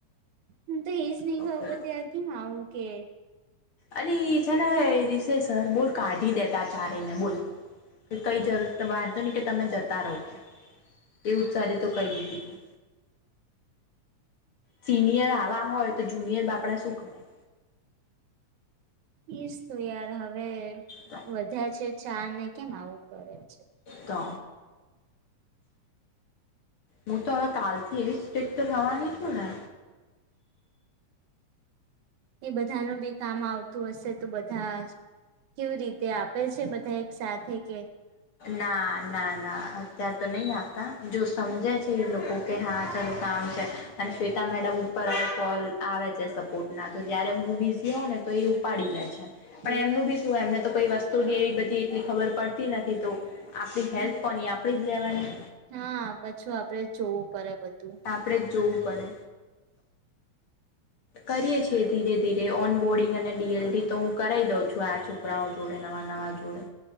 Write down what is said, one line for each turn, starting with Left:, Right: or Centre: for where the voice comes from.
Right: મન તો એજ
Left: જા
Right: નઈ ખબર પડતી કેમ આવું કે.
Left: અલી એ છે ને રીસેસર બોલ કાઢી દેતા ચારેયને બોલ. કઈ જરૂર વાંધો નહીં કે તમે જતા રો કે. એવું ચારે તો કઈ દીધું. સિનિયર આવા હોય તો જુનિયર બાપડા શું કરે?
Right: ઈ જ તો યાર હવે
Left: તો
Right: વધાર છે ચારને કેમ આવું કરે છે?
Left: તો. હું તો હવે કાલથી એવી સ્ટ્રિક્ટ થવાની છું ને.
Right: એ બધાનું બી કામ આવતું હશે તો બધાં કેવી રીતે આપે છે બધા એક સાથે કે
Left: ના ના ના અત્યાર તો નઈ આપતા જો સમજે છે એ લોકો કે હા ચલો કામ છે અને શ્વેતા મેડમ ઉપર કૉલ આવે છે સપોર્ટના તો જયારે હું બી ઝી હોઉ ને તો એ ઉપાડી લે છે. પણ
Right: એવું
Left: એમનું બી શું એમને તો કઈ વસ્તુ એવી બધી એટલી ખબર પડતી નથી તો. આપણી
Right: હમ
Left: હેલ્પ કોની આપણી જ લેવાની.
Right: હા પછું આપડે જ જોવું પડે બધું.
Left: આપણે જ જોવું પડે. કરીએ છીએ ધીરે ધીરે ઓન બોર્ડિંગ અને ડી એલ ડી તો હું કરાઈ દઉં છું આ છોકરાઓ જોડે નવાં-નવાં જોડે.